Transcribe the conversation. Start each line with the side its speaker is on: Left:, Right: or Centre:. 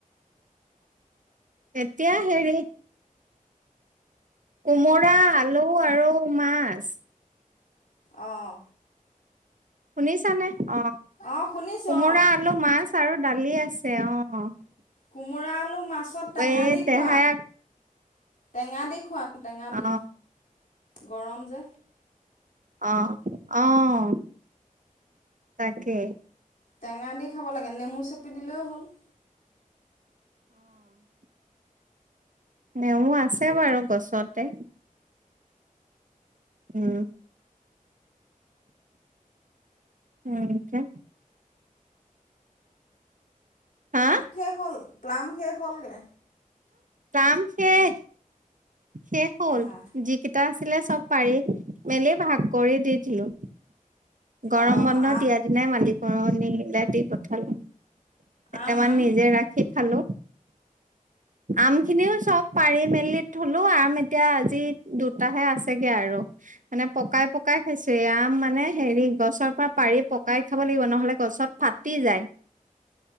Right: এতিয়া হিৰি- কোমৰা, আলু, আৰু মাছ, -
Left: আহঁ
Right: শুনিছা নে অ
Left: অঁ শুনিছোঁ
Right: কোমোৰা
Left: অঁ
Right: আলু, মাছ আৰু দালি আছে অ
Left: কোমোৰা আলু মাছত টেঙা
Right: এই
Left: দি
Right: দেহাই
Left: খোৱা টেঙা দি খোৱা। টেঙা
Right: অ
Left: দি গৰম যে-
Right: অহ অহ তাকে-
Left: টেঙা দি খাব লাগে নেমু চেপি দিলেও হ'ল-
Right: নমু আছে বাৰু গছতে- উম উম কে হা
Left: শেষ হ'ল প্লাম শেষ হ'লগে
Right: কাম শেষ শেষ হ'ল
Left: অঁ
Right: যিকেইটা ছিলে চব পাৰি মেলি ভাগ কৰি দি দিলো- গৰম
Left: অঁ
Right: বন্ধ দিয়া দিনাই মালিকুৰণিলে দি পঠালো <unintelligible> কেইটামান
Left: আম আম
Right: নিজে ৰাখি খালো আম খিনিও চব পাৰি মেলি। থলো আম এতিয়া আজি দুটাহে আছেগে আৰু মানে পকাই পকাই খাইছোয়ে আম। <unintelligible> মানে হেৰি গছৰ পৰা পাৰি পকাই খাব লাগিব নহলে গছত ফাটি যায় <inaudible>